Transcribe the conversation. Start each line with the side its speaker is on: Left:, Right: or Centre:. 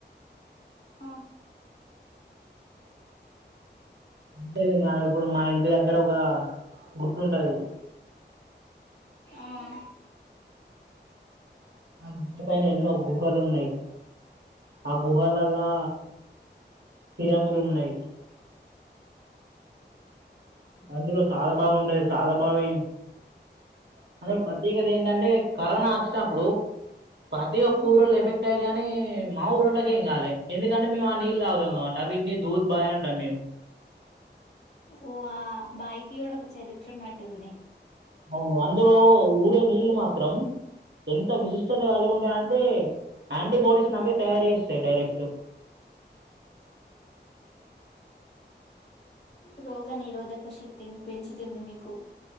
Left: హా
Right: అంతే మా ఇప్పుడు మా ఇంటి దగ్గర ఒగ గుర్తుంటాంది
Left: ఆ <inaudible>
Right: ఆ గుట్ట పైన ఎన్నో గుహలు ఉన్నాయి. ఆ గుహల్లలా పిరంగులున్నాయి అందులో <unintelligible>
Left: హా
Right: సర్నెమ్
Left: ఓ ఆ బాయికి కూడా ఒక చరిత్ర ఉన్నట్టుంది.
Right: అవును అందరు ఊరే నీళ్ళ మా <unintelligible> ఎంత విశిష్టత కలిగి ఉంటాయి అంటే యాంటీబాడీస్ అవే తయారు చేస్తాయి డైరెక్ట్
Left: రోగ నిరోధక శక్తిని పెంచుతుంది మీకు